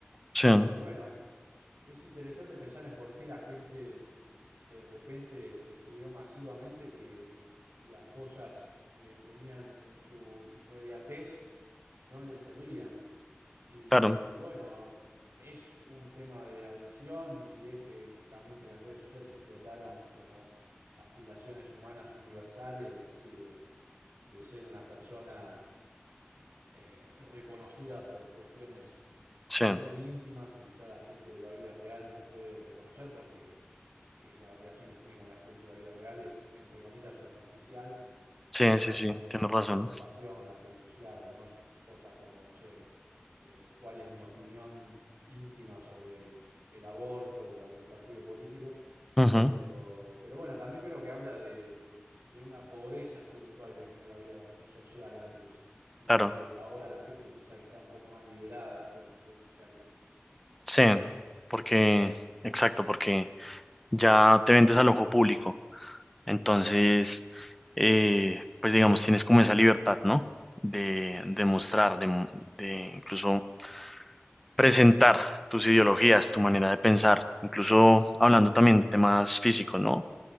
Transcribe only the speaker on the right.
Y
bueno, es interesante pensar en por qué la gente de repente decidió masivamente que las cosas que tenían en su inmediatez no les servían. Y,
y bueno, es un tema de adicción y es que también que las redes sociales explotaron como aspiraciones humanas universales, de así, de, de ser una persona eh, reconocida por cuestiones
muy íntimas que quizá la gente de la vida real no puede reconocer porque eh, la relación que se tiene con la gente de la vida real es, entre comillas, superficial
se
basa
en cosas
como
la ocupación, la clase social, no S- cosas como, no sé, eh, cuál es mi opinión íntima sobre el aborto o algún partido político.
Pero, pero bueno, también creo que habla de, de una pobreza espiritual que tenía la vida social antes y
que ahora la gente piensa que está un poco más liberada con las redes sociales.